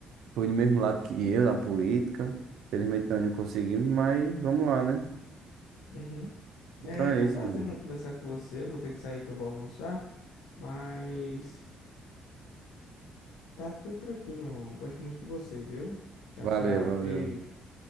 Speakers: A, on the right; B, on the left.
A: foi do mesmo lado que eu na política. Felizmente nós não conseguimos, mas vamos lá, né?
B: Uhum.
A: Então
B: É,
A: é
B: foi
A: isso,
B: um prazer,
A: meu mano.
B: mano, conversar com você. Vou ter que sair que eu vou almoçar, mas tá tudo tranquilo, meu irmão. Gosto muito de você, viu? Tchau,
A: Valeu,
B: tchau,
A: valeu.
B: beijo.